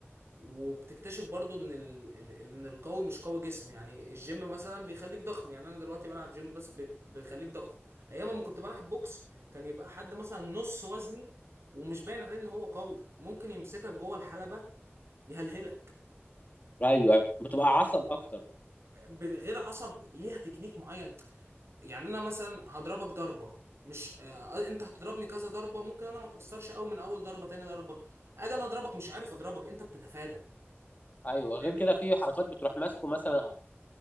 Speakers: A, on the right (about 70°); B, on the left (about 35°).
A: وبتكتشف برضو ان ال... ال- ال- ان القوي مش قوي جسم يعني الجيم مثلا بيخليك ضخم يعني انا دلوقتي بلعب جيم بس بت... بيخليك ضخم ايام ما كنت بلعب بوكس كان يبقى حد مثلا نص وزني ومش باين عليه ان هو قوي ممكن يمسكك جوه الحلبة يهلهلك
B: ايوه أيوة. بتبقى عصب اكتر
A: ب- غير عصب ليها تكنيك معين يعني انا مثلا هضربك ضربه مش آه انت هتضربني كذا ضربه ممكن انا ما اتاثرش قوي من اول ضربه تاني ضربه اجي انا اضربك مش عارف اضربك انت بتتفادى
B: ايوه
A: فاهمني
B: غير كده في حركات بتروح ماسكه مثلا